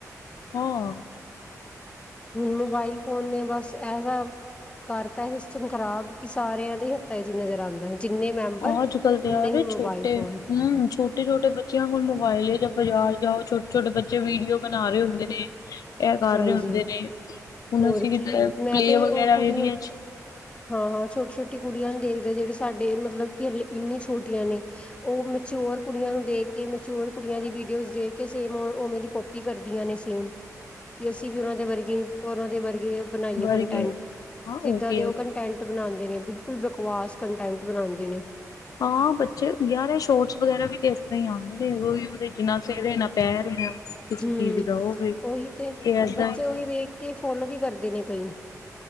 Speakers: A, on the left; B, on the left.
A: ਹਾਂ
B: ਹੁਣ ਮੋਬਾਇਲ ਫੋਨ ਨੇ ਬਸ ਐਸਾ ਕਰਤਾ ਸਿਸਟਮ ਖ਼ਰਾਬ ਕਿ ਸਾਰਿਆਂ ਦੇ ਹੀ ਹੱਥਾਂ ਚ ਨਜ਼ਰ ਆਉਂਦਾ ਜਿੰਨੇ ਮੈਂਬਰ
A: ਅੱਜ ਕੱਲ ਤੇ
B: ਉਨੇ
A: ਯਾਰ
B: ਹੀ ਮੋਬਾਇਲ
A: ਛੋਟੇ
B: ਫੋਨ
A: ਹਮ ਛੋਟੇ ਛੋਟੇ ਬੱਚਿਆਂ ਕੋਲ ਮੋਬਾਈਲੇ ਜਾਂ ਬਾਜ਼ਾਰ ਜਾਓ ਛੋਟੇ ਛੋਟੇ ਬੱਚੇ ਵੀਡੀਓ ਬਣਾ ਰਹੇ ਹੁੰਦੇ ਨੇ ਇਹ ਕਰ
B: ਹਾਂਜੀ
A: ਰਹੇ ਹੁੰਦੇ ਨੇ ਹੁਣ
B: ਹੋਰ
A: ਅਸੀਂ ਕਿਤੇ
B: ਕੀ
A: ਪਲੇ
B: ਮੈਂ ਤੇ
A: ਵਗੈਰਾ
B: ਉਹ ਕੁੜੀਆਂ
A: ਏਰੀਆ ਚ
B: ਹਾਂ ਹਾਂ ਛੋਟੀ ਛੋਟੀ ਕੁੜੀਆਂ ਨੂੰ ਦੇਖਦੇ ਜਿਹੜੀ ਸਾਡੇ ਮਤਲਬ ਮਤਬਲ ਕੀ ਹਲੇ ਇੰਨੀ ਛੋਟੀਆਂ ਨੇ ਉਹ ਮਚੋਰ ਕੁੜੀਆਂ ਨੂੰ ਦੇਖ ਕਿ ਮਚਰ ਕੁੜੀਆਂ ਦੀ ਵੀਡੀਓ ਦੇ ਕੇ ਸੇਮ ਉਵੇਂ ਦੀ ਕਪੀ ਕਰਦੀਆਂ ਨੇ ਸੇਮ ਕਿ ਅਸੀਂ ਵੀ ਉਹਨਾਂ ਦੇ ਵਰਗੇ ਉਹਨਾਂ ਦੇ ਵਰਗੇ ਬਣਾਈਏ
A: ਵਰ
B: ਕੰਟੈਂਟ
A: ਗਏ ਹਾਂ
B: ਜਿੱਦਾਂ
A: ਵੀ
B: ਦੇ
A: ਹੈ
B: ਉਹ ਕੰਟੈਂਟ
A: ਵੀ
B: ਬਣਾਉਂਦੇ ਨੇ ਬਿਲਕੁਲ ਬਕਵਾਸ ਕੰਟੈਂਟ ਬਣਾਉਂਦੇ ਨੇ
A: ਹਾਂ ਬੱਚੇ ਯਾਰ ਸ਼ੋਰਟਸ ਵਗੈਰਾ ਵੀ ਦੇ ਆਉਂਦੇ ਨਹੀਂ ਦਿ ਨਾ ਸੇਰੇ ਨਾ ਪੈਰ ਕਿਸੇ
B: ਹਮ
A: ਚੀਜ਼ ਦਾ ਉਹ ਵੀ
B: ਉਹੀ ਤੇ
A: ਏਦਾਂ
B: ਬੱਚੇ
A: ਹੀ।
B: ਉਹੀ ਵੇਖ ਕੇ ਫੋਲੋ ਵੀ ਕਰਦੇ ਨੇ ਕਈ